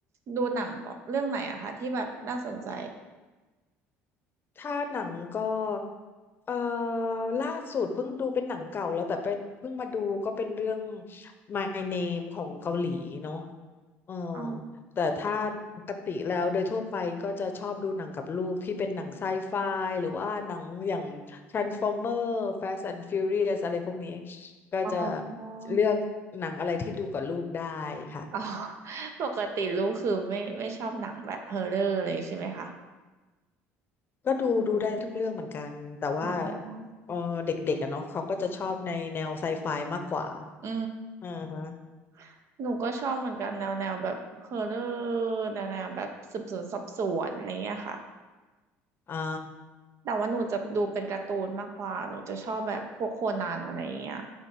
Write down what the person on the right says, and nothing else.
ดูหนังเรื่องไหนอะคะที่แบบน่าสนใจ
อ๋อ
อ๋อ
อ๋อ <laughs> ปกติลูกคือไม่ไม่ชอบหนังแบบเฮอร์เรอร์เลยใช่ไหมคะ
อ๋อ
อื
มหนูก็ชอบเหมือนกันแนวแนวแบบฮอร์เรอร์แนวแนวแบบสืบสวนสอบสวนอะไรเงี้ยค่ะ
แต่ว่าหนูจะดูเป็นการ์ตูนมากกว่าหนูจะชอบแบบพวกโคนันอะไรเงี้ย